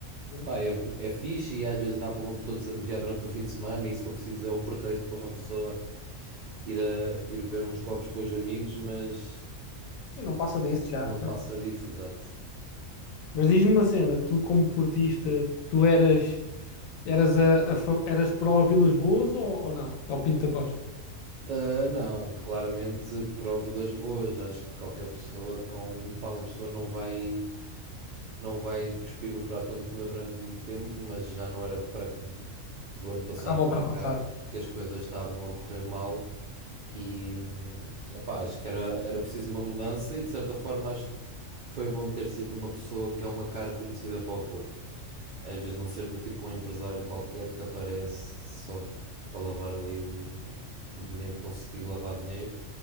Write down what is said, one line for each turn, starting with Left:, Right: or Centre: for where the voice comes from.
Left: sim.
Right: pá, é, bo- é fixe e às vezes dá para uma pessoa desanuviar durante o fim de semana e se for preciso é o pretexto para uma pessoa ir a, ir beber uns copos com os amigos, mas
Left: Sim, não passa disso já,
Right: não
Left: né?
Right: passa disso, exato.
Left: Mas diz-me uma cena, tu como portista, tu eras eras a, a fa- eras pró Vilas Boas ou, ou não? Ao Pinto da Costa?
Right: Ah, não, claramente para Vilas Boas, acho que qualquer pessoa com, pá, uma pessoa não vai não vai cuspir no prato onde comeu durante muito tempo, mas já não era para do ano passado
Left: Estava a
Right: para
Left: ultrapassar.
Right: cá que as coisas estavam a correr mal e hum, epá, acho que era, era preciso uma mudança e de certa forma acho que foi bom ter sido uma pessoa que é uma cara conhecida para o Porto. Às vezes não ser do tipo um empresário qualquer que aparece só para lavar ali um, o dinheiro, conseguir lavar dinheiro